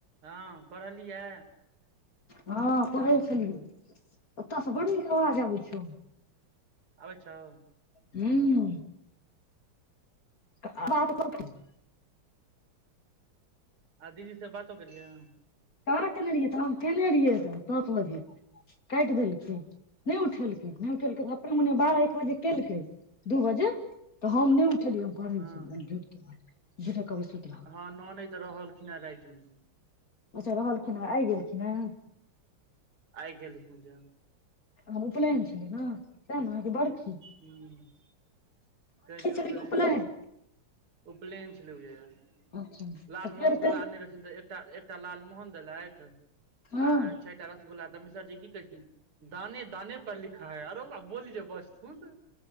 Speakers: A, on the right; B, on the left.
A: हँ पढ़लियै।
B: हँ पढे छलियै। ओतह से बड नीक आवाज आबै छौ।
A: आबै छौ।
B: हूँ। हाँ बातुतुतुतु <unintelligible>
A: आ दीदी से बातो भेलै है।
B: कहाँ केने रहियै तहन केने रहियै तऽ दस बजगैल। काट देलखिन नहि उठेलकिन नहि उठेलक भक। मने बारह
A: हँ
B: एक बजे केलकै,, दू बजे तऽ हम नहि उठेलियै हम पढ़ै
A: हँ
B: छलियै। जेका कबसे।
A: हँ ननैद रहलखिन हे राते मे।
B: अच्छा! रहलखिन ह, आइ गेलखिन है।
A: आइ गेलखिन है।
B: आ उपनयन छलै ना, तैना की बड़खी?
A: हूँ। कहै छे,
B: छलै
A: उपलेन,
B: कि उपनयन
A: उपलेन छलै है।
B: अच्छा
A: लालमोहन
B: तऽ फेर
A: रसगुल्ला
B: कही
A: अनने रहथिन तऽ, एकटा एकटा लालमोहन देलैथ। अच्छा
B: हँ
A: चारी टा रसगुल्ला तऽ मिशर जी की कैथीन। दाने -दाने पर लिखा है, अरो बा बोलीजे बज थून।